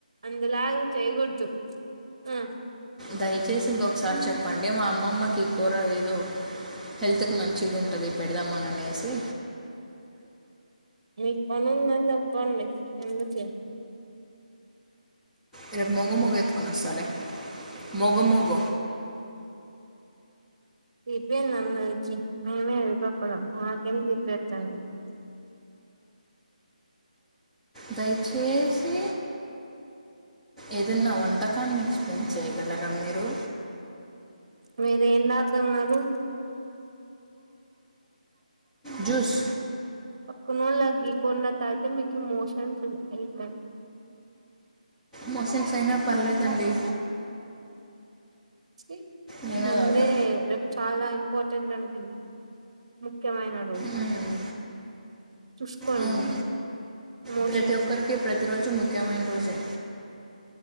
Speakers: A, on the right; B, in the centre.
A: అందులాగు చేయకూడదు ఆ
B: దయచేసి ఇంకొకసారి చెప్పండి మా అమ్మమ్మకి కూర ఏదో హెల్త్కి మంచిగా ఉంటుంది పెడదామని అనేసి
A: మీ పన పన్నడి ఎందుక
B: ఇరేపు మగ మగ ఎత్కోన్నాస్తాల మగ మగ
A: తీప్పందిందరికి మేమే వెళపప్పడం మాకేం తీప్పడతాండి
B: దయచేసి ఏదన్నా వంట పకాన్ని ఎక్స్ప్లెయిన్ చేయగల ఇక్కడ మీరు
A: మీరేంతున్నారు
B: జూస్
A: పక్కన లగ్గికున్న తయితే మీకు మోషన్స్ అవుతయి
B: మోసంగ్స్ అయినా పర్లేదండి
A: చి
B: నేనే
A: ముందే
B: తాగుతా
A: రేపు చాలా ఇ పోతేంటి అనుకుంటే ముఖ్యమైన రోజు
B: మ్మ్.
A: చూసుకోండి
B: అవును
A: మోషన్స్
B: ప్రతి ఒక్కరికి ప్రతి రోజు ముఖ్యమైన రోజే